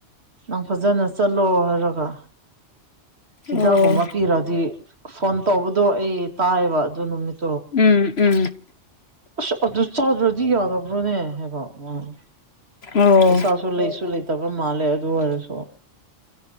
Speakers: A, on the right; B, on the left.
A: ꯅꯪ ꯐꯖꯅ ꯆꯠꯂꯣ ꯍꯥꯏꯔꯒ ꯍꯤꯗꯥꯛꯒꯨꯝꯕ
B: ꯑꯣ
A: ꯄꯤꯔꯗꯤ ꯐꯣꯟ ꯇꯧꯕꯗꯣ ꯑꯩ ꯇꯥꯏꯌꯦꯕ ꯑꯗꯨ ꯅꯨꯃꯤꯠ
B: ꯎꯝ ꯎꯝ
A: ꯑꯁ ꯑꯗꯨ ꯆꯥꯗ꯭ꯔꯗꯤ ꯌꯥꯗꯕ꯭ꯔꯣꯅꯦ ꯍꯥꯏꯕ ꯃꯥꯅ
B: ꯑꯣ
A: ꯄꯩꯁꯥꯁꯨ ꯂꯩꯁꯨ ꯂꯩꯇꯕ ꯃꯥꯜꯂꯦ ꯑꯗꯨ ꯑꯣꯏꯔꯁꯨ